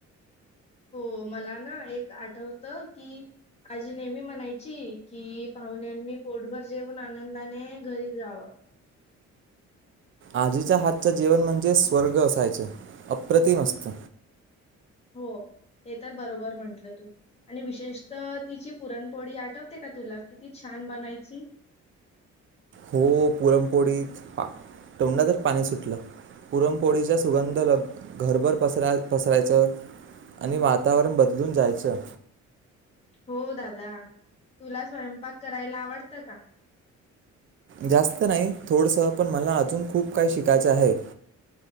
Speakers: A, on the left; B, on the right.
A: हो मला ना एक आठवत की. आजी नेहमी म्हणायची की पाहुण्यांनी पोटभर जेऊन आनंदाने घरी जावं.
B: आजीच्या हातच जीवन म्हणजे स्वर्ग असायचे अप्रतिम असत.
A: हो हे तर बरोबर म्हंटलं तू. आणि विशेषत तिची पुरणपोळी आठवते का तुला किती छान बनायची.
B: हो पुरमपोळीत तोंडा तर पाणी सुटलं. पुरमपोळीच्या सुगंध लग घरभर पसरा पसरायचं. आणि वातावरण बदलून जायचं.
A: हो दादा तुला स्वयंपाक करायला आवडतं का?
B: जास्त नाही थोडसं पण मला अजून खूप काही शिकायचं आहे.